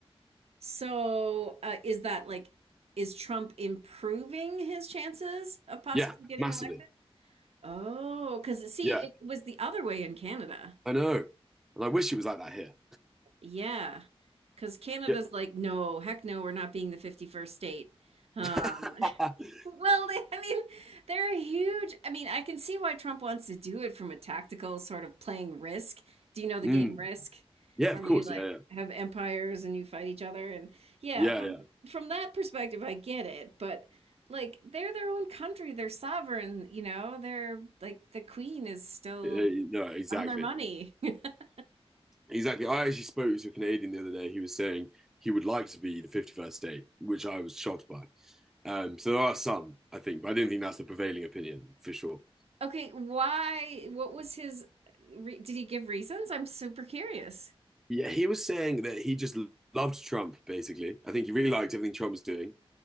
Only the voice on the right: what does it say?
So, uh, is that like, is Trump improving his chances of possibly
getting
elected? Oh, because see,
it was the other way in Canada.
Yeah. Because Canada's
like, no, heck no, we're not being the 51st state. Um,
Well, they, I mean, they're a huge. I mean, I can see why Trump wants to do it from a tactical sort of playing Risk. Do you know the
game Risk,
where
you like
have empires and you fight each other? And yeah,
from
from that perspective, I get it. But like, they're their own country. They're sovereign. You know, they're like the queen is still
on their money. <laughs>
Okay, why? What was his? Re, did he give reasons? I'm super curious.